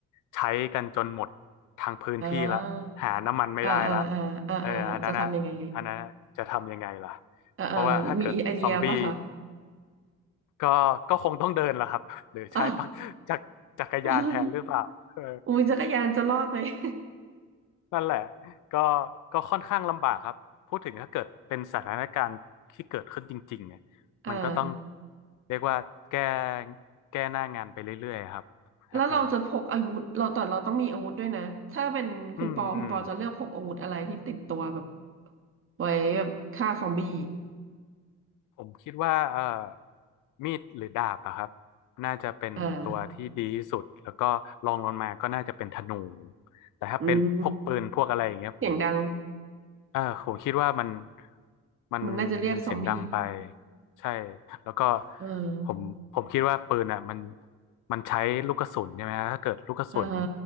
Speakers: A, on the left; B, on the right.
A: ใช้กันจนหมดทางพื้นที่ละหาน้ำมันไม่ได้ละ
B: อ่าอ่าอ่าอ่าอ่าอ่าจะทำยังไง
A: เอออันนั้นอะอันนั้นน่ะจะทำยังไงล่ะ
B: เออเออมีไอเดียป่ะคะ
A: เพราะว่าถ้าเกิดซอมบี้ก็ก็คงต้องเดินล่ะครับหรือใช้ปักจักรจักรยานแทนหรือเปล่าเออ
B: อ่า <laughs> อุ้ยจักรยานจะรอดไหม <laughs>
A: นั่นแหละก็ก็ค่อนข้างลำบากครับพูดถึงถ้าเกิดเป็นสถานการณ์ที่เกิดขึ้นจริงๆเนี่ย
B: อ่า
A: มันก็ต้องเรียกว่าแก้แก้หน้างานไปเรื่อยๆครับถ้ามี
B: แล้วเราจะพกอาวุธเราแต่เราต้องมีอาวุธด้วยนะ ถ้าเป็นคุณปอคุณปอจะเลือกพกอาวุธอะไรที่ติดตัวแบบ
A: อืมอืม
B: ไว้แบบฆ่าซอมบี้
A: ผมคิดว่าเอ่อมีดหรือดาบอะครับน่าจะเป็นตัวที่ดีที่สุดแล้วก็รองลงมาก็น่าจะเป็นธนู
B: อ่า
A: แต่ถ้าเป็นพวกปืนพวกอะไรอย่างเงี้ยผม
B: อืมเสียงดัง
A: อ่าผมคิดว่ามันมันมันเสียงดังไป
B: มันน่าจะเรียกซอมบี้
A: ใช่แล้วก็
B: เออ
A: ผมผมคิดว่าปืนอ่ะมันมันใช้ลูกกระสุนใช่ไหมฮะถ้าเกิดลูกกระสุน
B: อ่าฮะ